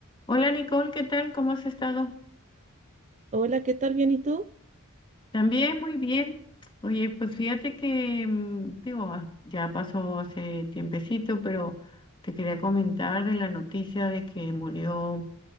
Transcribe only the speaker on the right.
Hola, ¿qué tal? ¿Bien y tú?